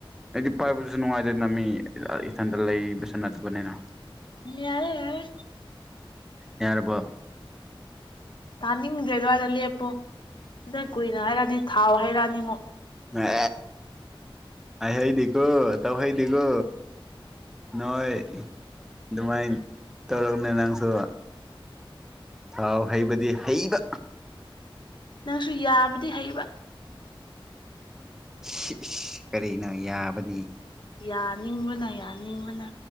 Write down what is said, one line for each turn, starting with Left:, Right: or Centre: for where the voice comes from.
Centre: ꯑꯩꯗꯤ ꯄꯥꯏꯕꯗꯨꯁꯨ ꯅꯨꯡꯉꯥꯏꯗꯅ ꯃꯤ ꯏꯊꯟꯇꯥ ꯂꯩꯕꯁꯨ ꯅꯠꯇꯥꯕꯅꯤꯅ
Left: ꯂꯤꯌꯥꯔꯦ ꯌꯥꯔꯦ
Centre: ꯌꯥꯔꯕꯣ
Left: ꯇꯥꯅꯤꯡꯗꯦ ꯑꯗꯨꯋꯥꯏꯗ ꯂꯦꯞꯄꯨ ꯗꯥ ꯀꯨꯏꯅ ꯍꯥꯏꯔꯗꯤ ꯊꯥꯎ ꯍꯩꯔꯛꯑꯅꯤ ꯑꯃꯨꯛ
Centre: <unintelligible> ꯍꯥꯏꯍꯩꯗꯤꯀꯣ ꯇꯧꯍꯩꯗꯤꯀꯣ ꯅꯣꯏ ꯑꯗꯨꯃꯥꯏꯟ ꯇꯧꯔꯒꯅꯦ ꯅꯪꯁꯨ ꯊꯥꯎ ꯍꯩꯕꯗꯤ ꯍꯩꯕ
Left: ꯅꯪꯁꯨ ꯌꯥꯕꯗꯤ ꯍꯩꯕ
Centre: ꯁꯤꯏꯁ ꯀꯔꯤꯅꯣ ꯌꯥꯕꯗꯤ
Left: ꯌꯥꯅꯤꯡꯕꯅ ꯌꯥꯅꯤꯡꯕꯅ